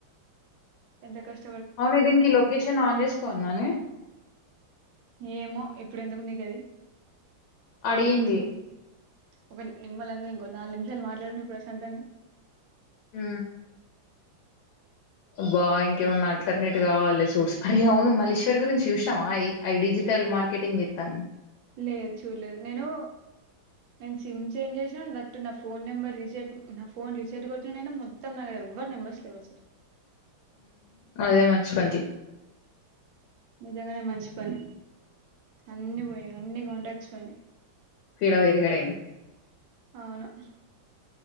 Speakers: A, on the right; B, on the left.
A: ఎంత కష్టం
B: అనే ది క లోకష్ నాన్ వెేజ్ కో ఉన్నాను
A: ఏమో ఇప్పుడు ఎందుకున్నాయి కది
B: అడిగింది
A: ఒక నిమ్మలంగా ఇంకోొ నాలుగు నిమిషాలు మాట్లాడును ప్రశాంతంగా
B: హ బా ఇంకేమన్నా ఆల్టర్నేట్ కావాలి సోర్స్ అరే అవును మల్లేశ్వరి గురించి చూసినాం అఐ డిజిటల్ మార్కెటింగ్ ఇస్తాను
A: లేదు చూడలేదు నేను నేను సిమ్ చేంజ్ చేసినా తట్టున్న ఫోన్ నెంబర్ రీసెట్ నా ఫోన్ రీసెట్ కొట్టినై మొత్తం నాడ ఎవరు నెంబర్స్ లేవ సార్
B: అదే మంచి పంది
A: నిజంగానే మంచి పని అన్న పోయి అన్నిీ గండ సడి
B: పడ వయరుగడైన
A: అవును